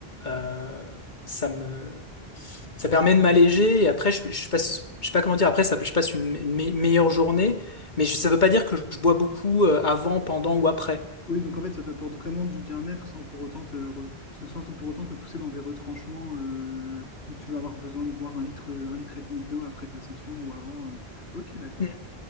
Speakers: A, on the left; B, on the left.
A: euh, ça me, ça permet de m'alléger. Et après, je, je passe, je sais pas comment dire. Après, ça, je passe une, une me- meilleure journée. Mais je- ça veut pas dire que je bois beaucoup euh, avant, pendant ou après.
B: Oui, donc en fait, ça t'apporte vraiment du bien-être sans pour autant te, re- ce- sans pour autant te pousser dans des retranchements euh, où tu vas avoir besoin de boire un litre, un litre et demi d'eau après ta session ou avant. euh. Ok, d'accord.
A: Mm.